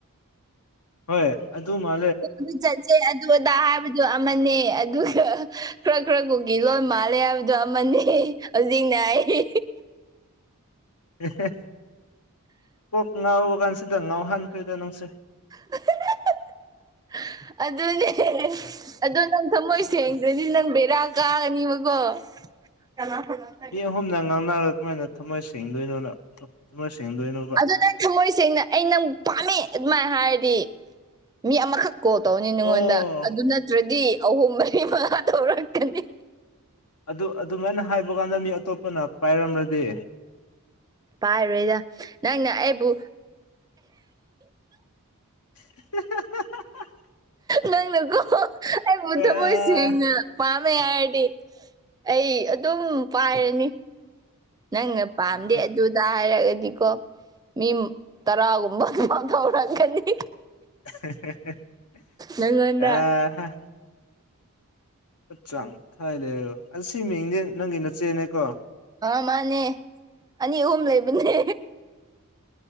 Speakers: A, on the left; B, on the right.
A: ꯍꯣꯏ ꯑꯗꯨ ꯃꯥ
B: ꯀꯣꯏꯕ ꯆꯠꯆꯦ ꯑꯗꯨ ꯑꯗꯥ ꯍꯥꯏꯕ ꯗꯨ ꯑꯃꯥꯅꯦ ꯑꯗꯨꯒ ꯈꯔ ꯈꯔ ꯀꯨꯀꯤ ꯂꯣꯟ ꯃꯥꯜꯂꯦ ꯍꯥꯏꯕꯗꯣ ꯑꯃꯥꯅꯦ ꯍꯧꯖꯤꯛꯅ ꯑꯩ
A: ꯑꯦꯍꯦ ꯀꯣꯛ ꯉꯥꯎꯕ ꯀꯥꯟꯁꯤꯗ ꯉꯥꯎꯍꯥꯟꯈ꯭ꯔꯦꯗ ꯅꯪꯁꯦ
B: <unintelligible> ꯑꯗꯨꯅꯦ ꯑꯗꯨ ꯅꯪ ꯊꯝꯃꯣꯏ ꯆꯦꯡꯒ꯭ꯔꯗꯤ ꯅꯪ ꯕꯦꯔꯥ ꯀꯥꯒꯅꯤꯕꯒꯣ <unintelligible>
A: ꯃꯤ ꯑꯍꯨꯝꯅ ꯉꯥꯡꯅꯔ ꯀꯃꯥꯏꯅ ꯊꯃꯣꯏ ꯁꯦꯡꯗꯣꯏꯅꯣꯅ ꯊꯃꯣꯏ ꯁꯦꯡꯗꯣꯏꯅꯣ
B: ꯑꯗꯨ ꯅꯪ ꯊꯝꯃꯣꯏ ꯁꯦꯡꯅ ꯑꯩ ꯅꯪ ꯄꯥꯝꯃꯦ ꯑꯗꯨꯃꯥꯏ ꯍꯥꯏꯔꯗꯤ ꯃꯤ ꯑꯃꯥꯈꯛ ꯀꯣꯜ ꯇꯧꯅꯤ ꯅꯉꯣꯟꯗ
A: ꯑꯣ
B: ꯑꯗꯨ ꯅꯠꯇ꯭ꯔꯗꯤ ꯑꯍꯨꯝ ꯃꯔꯤ ꯃꯉꯥ ꯇꯧꯔꯛꯀꯅꯤ
A: ꯑꯗꯨ ꯑꯗꯨꯃꯥꯏꯅ ꯍꯥꯏꯕ ꯀꯥꯟꯗ ꯃꯤ ꯑꯇꯣꯞꯄꯅ ꯄꯥꯏꯔꯝꯂꯗꯤ
B: ꯄꯥꯏꯔꯣꯏꯗ ꯅꯪꯅ ꯑꯩꯕꯨ
A: <unintelligible>
B: ꯅꯪꯅꯀꯣ ꯑꯩꯕꯨ
A: ꯑꯦ
B: ꯊꯃꯣꯏ ꯁꯦꯡꯅ ꯄꯥꯝꯃꯦ ꯍꯥꯏꯔꯗꯤ ꯑꯩ ꯑꯗꯨꯝ ꯄꯥꯏꯔꯅꯤ ꯅꯪꯅ ꯄꯥꯝꯗꯦ
A: ꯎꯝ
B: ꯑꯗꯨꯗꯥ ꯍꯥꯏꯔꯒꯗꯤꯀꯣ ꯃꯤꯝ ꯇꯔꯥꯒꯨꯝꯕ ꯐꯣꯟ ꯇꯧꯔꯛꯀꯅꯤ
A: <unintelligible>
B: ꯅꯪꯉꯣꯟꯗ
A: ꯑꯆꯥꯡ ꯊꯥꯔꯦꯔꯣ ꯑꯁꯤ ꯃꯤꯡꯗꯤ ꯅꯪꯒꯤ ꯅꯆꯦꯅꯦꯀꯣ
B: ꯑꯥ ꯃꯥꯅꯦ ꯑꯅꯤ ꯑꯍꯨꯝ ꯂꯩꯕꯅꯦ